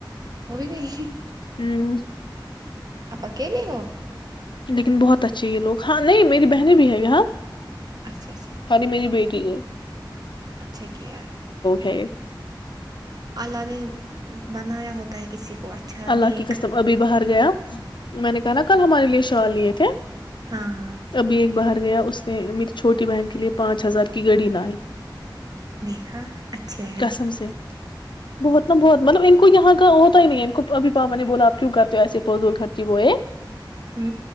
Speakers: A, on the right; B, on the left.
A: وہ بھی گئی
B: ہوں
A: آپا کلیے ہو
B: لیکن بہت اچھے یہ لوگ ہاں نہیں میری بہنیں بھی ہیں ہاں
A: اچھا اچھا
B: سانی میری بیٹی کے
A: اچھا کیا
B: ہیں یہ
A: اللہ نے بنایا ہوتا اتائ کسی کو اچھا
B: اللہ
A: نیک
B: کی قسب ابھی باہر گیا میں نے کہا نا کل ہمارے لیے شال لیے تھے
A: ہاں ہاں
B: ابھی ایک باہر گیا اس نے میری چھوٹی بہن کے لئے پانچ ہزار کی گڑی لائی
A: دیکھا اچھے ہیں
B: کسم سے بہت نا بہت مطلب ان کو یہاں کا ہوتا ہی نہیں ہے ان کو ابھی پاپا نے بولا آپ کیوں کرتے ہو ایسے فضول خھرچی وہ ہے
A: ہ